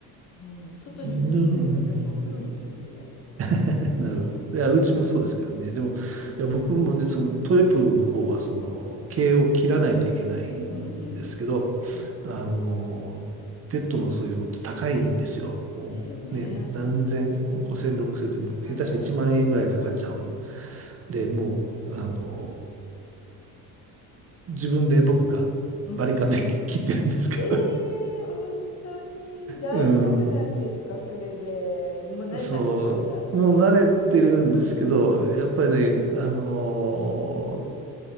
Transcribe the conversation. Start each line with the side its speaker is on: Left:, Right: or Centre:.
Left: い。うん。外にも出してないから、
Right: 犬、うん。
Left: 最近お風呂にも入れてないです。
Right: <laughs> なるほど。
Left: うん。
Right: いや、うちもそうですけどね。でも、
Left: うん、
Right: いや、僕もね、そのトイプーの方は、その、毛を切らないといけないんですけど、
Left: うん、うん。はい。
Right: あの、ペットのそういうのって高いんですよ。もうね、
Left: ですよね。
Right: 何千、
Left: うん。
Right: も5千、6千で、も下手したら1万円ぐらいかかっちゃうん
Left: はいはい。うん。
Right: で、もう、あの、自分で僕がバリカンで
Left: うん。
Right: <laughs> 切ってるんですけど、
Left: ええ、本当に大丈夫なんですか？
Right: <laughs> うん、
Left: それで。もう慣れたんですか？
Right: そう、
Left: じゃあ。
Right: もう慣れてるんですけど、
Left: うん、うん、
Right: やっぱりね、あの